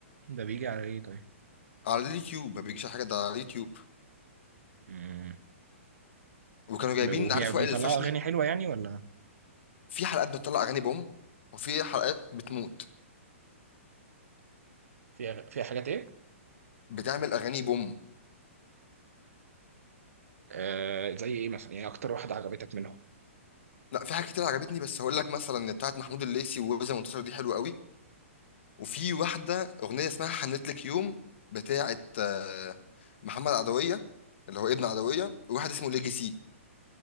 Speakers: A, on the right; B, on the left.
A: ده بيجي على ايه طيب
B: على اليوتيوب ما بيجيش على حاجه ده على اليوتيوب
A: امم
B: وكانوا جايبين
A: وبيطلعوا
B: عارف وائل الفشني
A: اغاني حلوه يعني ولا
B: في حلقات بتطلع اغاني بوم وفي حلقات بتموت
A: في في حاجات ايه
B: بتعمل اغاني بوم
A: آه زي ايه مثلا يعني اكتر واحده عجبتك منهم
B: لا في حاجات كتير عجبتني بس هقول لك مثلا بتاعت محمود الليثي ووزن منتصر دي حلوه قوي وفي واحده اغنيه اسمها حنت لك يوم بتاعت آه، محمد عدويه اللي هو ابن عدويه وواحد اسمه ليجيسي